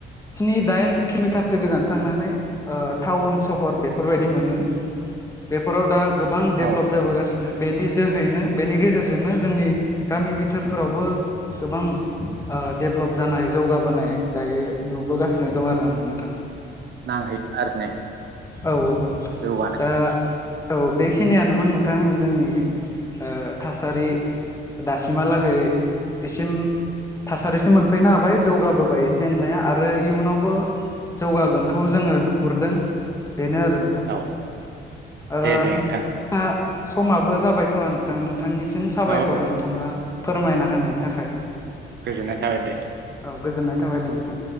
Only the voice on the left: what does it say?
स्नि दाइन किल'मिटारसो गोजान थांनानै ओ टाउन सहर बेफोरबायदि मोनो। बेफोराव दा गोबां डेभलप
जाबोगासिनो नो बेनि जोहैनो बेनि गेजेरजोंनो जोंनि गामि बिथोरफोरावबो गोबां ओ दडेभलप जानाय जौगाबोनाय दायो नुबोगासिनो दं आरो आं नोंथां
औ औ नोंथां
दा औ बेखिनियानोमोन नोंथां जोंनि ओ थासारि दासिमहालागै एसिम थासारिसो मोनफैनो हाबाय जौगाबोबाय एसे एनलाया आरो इयुनावबो जौगागोनखौ जोङो नुहुरदों बेनो आरो
ओ
समाबो जाबाय खोमा नोंथां नों नोंथांनिसिम साबायखर
नोंथाङा फोरमायना होनायनि थाखाय
औ गोजोननाय थाबाय दे नोंथां